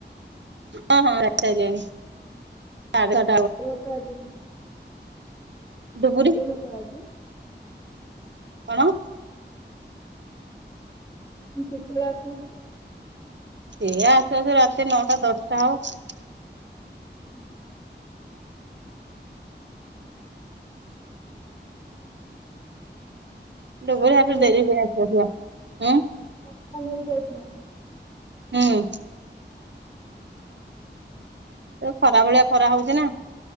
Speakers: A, on the right; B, on the left.
A: ହଁ ହଁ ଯାଇ ସାଇଲେଣି <unintelligible>
B: କୋଉ ହାଟ ଆଜି?
A: ଡ଼ୁବୁରୀ।
B: କୋଉ ହାଟ ଆଜି
A: କଣ?
B: <unintelligible> କେତେବେଳେ ଆସିବ ସେ?
A: ସେଏ ଆସୁ ଆସୁ ରାତି ନଅଟା ଦଶଟା ହବ।
B: ହୁଁ
A: ଡ଼ୁବୁରୀ
B: ସକାଳେ
A: ହାଟରୁ ଡେରି ହୁଏ ଆସୁ ଆସୁ କା। ହୁଁ।
B: ଛତା ନେଇକି ଯାଇଥିବ।
A: ହୁଁ
B: <unintelligible>
A: ଯୋ ଖରା ଭଳିଆ ଖରା ହଉଛି ନା?